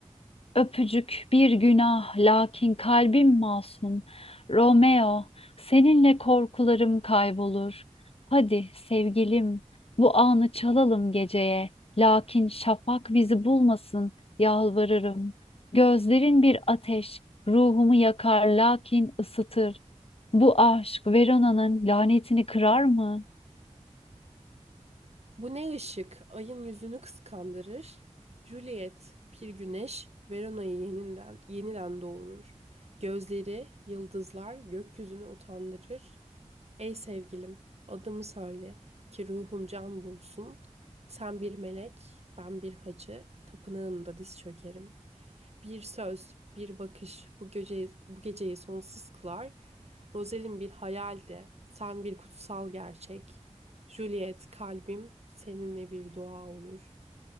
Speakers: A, on the left (about 50°); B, on the right (about 60°).
A: Öpücük bir günah, lakin kalbim masum. Romeo, seninle korkularım kaybolur. Hadi sevgilim, bu anı çalalım geceye. Lakin şafak bizi bulmasın, yalvarırım. Gözlerin bir ateş, ruhumu yakar lakin ısıtır. Bu aşk Verona'nın lanetini kırar mı?
B: Bu ne ışık? Ayın yüzünü kıskandırır. Juliet, bir güneş, Verona'yı yeniden, yeniden doğurur. Gözleri, yıldızlar gökyüzünü utandırır. Ey sevgilim, adımı söyle ki ruhum can bulsun. Sen bir melek, ben bir hacı, tapınağında diz çökerim. Bir söz, bir bakış bu geceyi, bu geceyi sonsuz kılar. Rozelin bir hayal de, sen bir kutsal gerçek. Juliet, kalbim seninle bir dua olur.